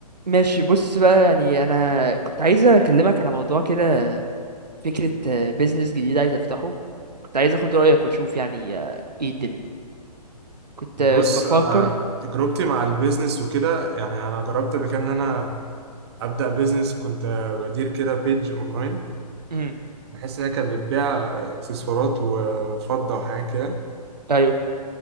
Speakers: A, on the right (about 80°); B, on the right (about 40°).
A: ماشي بص بقى يعني انا كنت عايز اكلمك على موضوع كده فكرة بيزنس جديد عايز افتحه كنت عايز اخد رأيك واشوف يعني آه، ايه الدنيا كنت
B: بص
A: آه، بفكر
B: انا تجربتي مع البيزنس وكده يعني انا جربت قبل كده ان انا ابدا بيزنس كنت بدير كده بيج اونلاين
A: امم
B: بحيث انها كانت بتبيع اكسسوارات وفضه وحاجات كده
A: ايوه